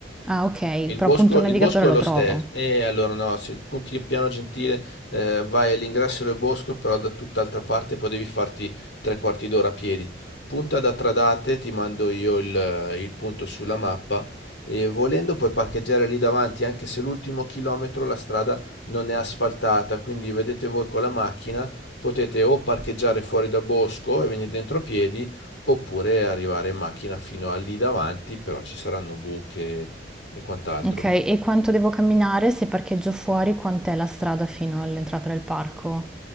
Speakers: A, in the centre; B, on the left (about 70°).
A: Ah, ok,
B: Il
A: però
B: bosco,
A: appunto il
B: il
A: navigatore
B: bosco è
A: lo
B: lo
A: trovo.
B: stesso, e allora no, se punti piano gentile eh, vai all'ingresso del bosco, però da tutt'altra parte, poi devi farti tre quarti d'ora a piedi. Punta da Tradate, ti mando io il, il punto sulla mappa, e volendo puoi parcheggiare lì davanti, anche se l'ultimo chilometro la strada non è asfaltata, quindi vedete voi con la macchina, potete o parcheggiare fuori dal bosco e venire dentro a piedi, oppure arrivare in macchina fino a lì davanti, però ci saranno buche e quant'altro.
A: Ok, e quanto devo camminare se parcheggio fuori? Quant'è la strada fino all'entrata del parco?